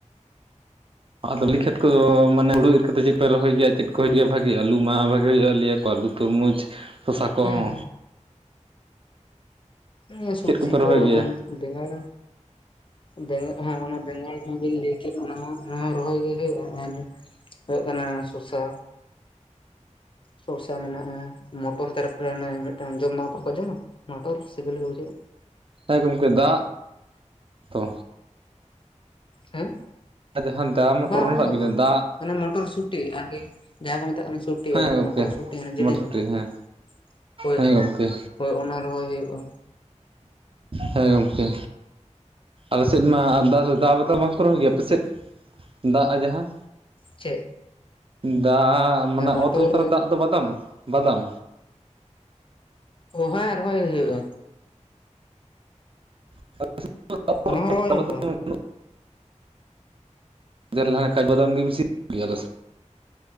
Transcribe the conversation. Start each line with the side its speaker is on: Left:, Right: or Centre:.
Right: ᱟᱫᱚ ᱵᱟᱞᱤ ᱠᱷᱮᱛ ᱠᱚᱫᱚ ᱢᱟᱱᱮ ᱦᱩᱲᱩ ᱤᱨ ᱠᱟᱛᱮᱫ ᱟᱫᱚ ᱵᱟᱹᱞᱤ ᱠᱷᱮᱛ ᱠᱚ ᱫᱚ ᱪ ᱢᱟᱱᱮ ᱦᱩᱲᱩ ᱤᱨ ᱠᱟᱛᱮᱫ ᱪᱮᱫ ᱯᱮ ᱨᱚᱦᱚᱭ ᱜᱮᱭᱟ ᱪᱮᱫ ᱠᱚ ᱤᱭᱟᱹ ᱵᱷᱟᱜᱤ ᱦᱩᱭᱩᱜ ᱜᱮᱭᱟ ᱵᱷᱟᱜᱤᱮ ᱟᱞᱩ ᱢᱟ ᱵᱷᱟᱜᱤ ᱦᱩᱭᱩᱜᱼᱟ ᱞᱭᱟ ᱠᱚ ᱟᱹᱞᱩ ᱛᱩᱨᱢᱩᱡᱽ ᱥᱚᱥᱟ ᱠᱚ
Left: ᱦᱩᱸ
Right: ᱦᱚᱸ
Left: ᱱᱤᱭᱟᱹ ᱥᱚᱵᱽᱡᱤ
Right: ᱪᱮᱫ ᱠᱚᱯᱮ ᱨᱚᱦᱚᱭ
Left: ᱠᱚ
Right: ᱜᱮᱭᱟ
Left: ᱟᱢ ᱵᱮᱸᱜᱟᱲᱟ ᱵᱮᱸᱜᱟᱲ ᱦᱮᱸ ᱚᱱᱟ ᱵᱮᱸᱜᱟᱲ ᱠᱚᱦᱚᱸ ᱵᱤᱱ ᱞᱟᱹᱭ ᱠᱮᱫ ᱚᱱ ᱚᱱᱟ ᱨᱚᱦᱚᱭ ᱜᱮ ᱦᱩᱭᱩᱜᱼᱟ ᱟᱨᱼᱼ ᱦᱳᱭᱳᱜ ᱠᱟᱱᱟ ᱥᱚᱥᱟᱼᱼ ᱥᱚᱥᱟ ᱢᱮᱱᱟᱜᱼᱟ ᱢᱚᱴᱚᱨ ᱛᱟᱨᱯᱚᱨᱮ ᱚᱱᱮ ᱢᱮᱫᱴᱟᱝ ᱡᱚᱢ ᱢᱟ ᱵᱟᱠᱚ ᱡᱚᱢᱟ ᱢᱚᱴᱚᱨ ᱥᱤᱵᱤᱞ ᱜᱮ ᱵᱩᱡᱷᱟᱹᱜ᱾
Right: ᱦᱮᱸ ᱜᱚᱢᱠᱮ ᱫᱟᱜ ᱛᱚ
Left: ᱦᱮᱸ
Right: ᱡᱟᱦᱟᱸ ᱫᱟᱜ ᱢᱚᱴᱚᱨ
Left: ᱵᱟᱝ
Right: ᱚᱱᱟᱴᱟᱜ
Left: ᱚᱱᱟ ᱫᱚ
Right: ᱵᱤᱱ
Left: ᱵᱟᱝ
Right: ᱞᱟᱹᱭ ᱫᱟᱜ
Left: ᱢᱟᱱᱮ ᱢᱚᱴᱚᱨ ᱥᱩᱴᱤ ᱟᱨᱠᱤ ᱡᱟᱦᱟᱸ ᱠᱚ ᱢᱮᱛᱟᱜ ᱠᱟᱱᱟ ᱪᱩᱴᱤ
Right: ᱦᱮᱸ
Left: ᱟᱨᱠᱤ
Right: ᱜᱚᱝᱠᱮ
Left: ᱢᱚᱴᱚᱨ ᱥᱩᱴᱤ ᱡᱮᱞᱮᱧᱚᱜ
Right: ᱢᱚᱴᱨᱥᱩᱴᱤ
Left: ᱟᱨᱠᱤ
Right: ᱦᱮᱸ
Left: ᱦᱳᱭ᱾
Right: ᱦᱮᱸ ᱜᱚᱝᱠᱮ
Left: ᱦᱳᱭ ᱚᱱᱟ ᱨᱚᱦᱚᱭ ᱦᱩᱭᱳᱜᱼᱟ᱾
Right: ᱦᱮᱸ ᱜᱚᱝᱠᱮ ᱟᱞ ᱥᱮᱫ ᱢᱟ ᱟᱫᱟ ᱫᱟ ᱵᱟᱛᱟᱞ ᱵᱟᱝ ᱠᱚ ᱨᱚᱦᱚᱭ ᱜᱮᱭᱟ ᱟᱯᱮᱥᱮᱫ? ᱫᱟᱜᱼᱟ ᱡᱟᱦᱟᱸ᱾
Left: ᱪᱮᱫ?
Right: ᱫᱟ ᱢᱟᱱᱟ
Left: ᱢᱚᱴᱚᱨ
Right: ᱚᱛ ᱞᱟᱛᱟᱨ ᱨᱮ ᱫᱟᱜ ᱫᱚ ᱵᱟᱫᱟᱢ ᱵᱟᱫᱟᱢ᱾
Left: ᱳ ᱦᱮᱸ ᱨᱚᱦᱚᱭ ᱦᱳᱭᱩᱜᱼᱟ᱾
Right: <inaudible> <unintelligible>
Left: ᱚᱱᱟ ᱦᱚᱸ ᱨᱚᱦᱚᱭ ᱦᱩᱭᱩᱜᱼᱟ
Right: ᱠᱟᱡᱽ ᱵᱟᱫᱟᱢ ᱜᱮ ᱵᱮᱥᱤᱭᱟ ᱟᱫᱚ <unintelligible>